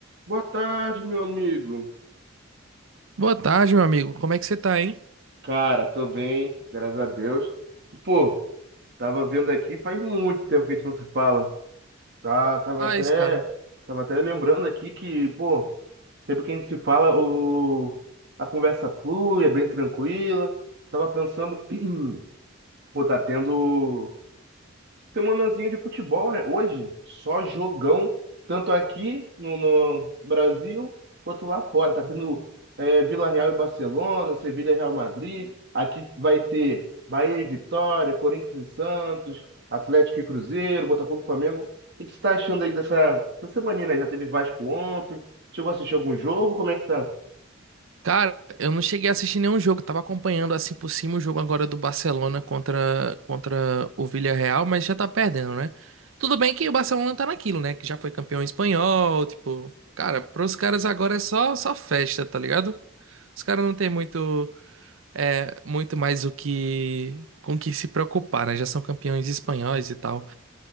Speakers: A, on the right; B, on the right.
A: Boa tarde, meu amigo.
B: Boa tarde, meu amigo. Como é que você tá, hein?
A: Cara, tô bem, graças a Deus. E, Pô, tava vendo aqui faz muito tempo que a gente não se fala. Tá, tava
B: Ah,
A: até,
B: isso, cara.
A: tava até lembrando aqui que, pô, sempre que a gente se fala, o, a conversa flui, é bem tranquila. Tava pensando, <clears throat> pô, tá tendo. Semanazinha de futebol, né? Hoje, só jogão, tanto aqui no, no Brasil quanto lá fora. Tá tendo é, Vila Real e Barcelona, Sevilha e Real Madrid. Aqui vai ter Bahia e Vitória, Corinthians e Santos, Atlético e Cruzeiro, Botafogo e Flamengo. O que que você tá achando aí dessa, dessa semana, né? Já teve Vasco ontem. Chegou a assistir algum jogo? Como é que tá?
B: Cara, eu não cheguei a assistir nenhum jogo. Tava acompanhando assim por cima o jogo agora do Barcelona contra, contra o Villarreal, mas já tá perdendo, né? Tudo bem que o Barcelona tá naquilo, né? Que já foi campeão espanhol, tipo... Cara, pros caras agora é só, só festa, tá ligado? Os caras não têm muito, é, muito mais o que... com que se preocupar, né? Já são campeões espanhóis e tal.